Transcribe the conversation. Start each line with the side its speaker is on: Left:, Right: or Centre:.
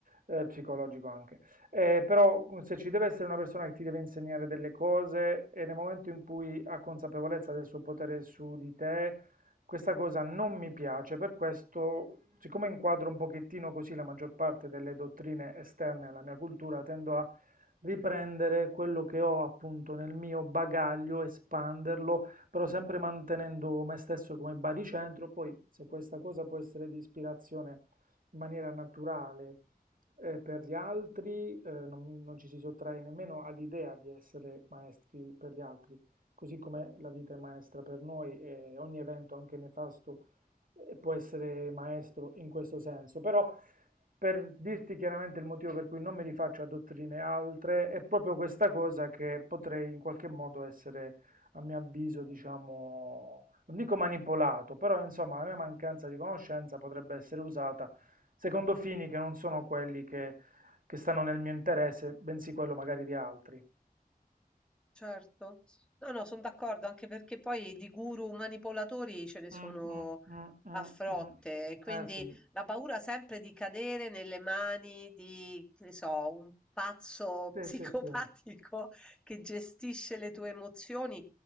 Right: eh, psicologico anche. Eh, però mh, se ci deve essere una persona che ti deve insegnare delle cose e nel momento in cui ha consapevolezza del suo potere su di te, questa cosa non mi piace, per questo, siccome inquadro un pochettino così la maggior parte delle dottrine esterne alla mia cultura, tendo a riprendere quello che ho appunto nel mio bagaglio, espanderlo, però sempre mantenendo me stesso come baricentro, poi se questa cosa può essere di ispirazione in maniera naturale eh, per gli altri, eh, non, mi- non ci si sottrae nemmeno all'idea di essere maestri per gli altri, così come la vita è maestra per noi e ogni evento, anche nefasto, eh, può essere maestro in questo senso. Però, per dirti chiaramente il motivo per cui non mi rifaccio a dottrine altre, è proprio questa cosa che potrei in qualche modo essere, a mio avviso, diciamo, non dico manipolato, però insomma la mia mancanza di conoscenza potrebbe essere usata secondo fini che non sono quelli che, che stanno nel mio interesse, bensì quello magari di altri.
Centre: Certo. No, no, son d'accordo, anche perché poi di guru manipolatori ce ne sono
Right: Mm, mm, mm, mm,
Centre: a frotte,
Right: mm.
Centre: e quindi
Right: Eh sì,
Centre: la paura sempre di cadere nelle mani di, che ne so, un pazzo
Right: sì,
Centre: <laughs> psicopatico
Right: sì, sì,
Centre: che gestisce le tue emozioni.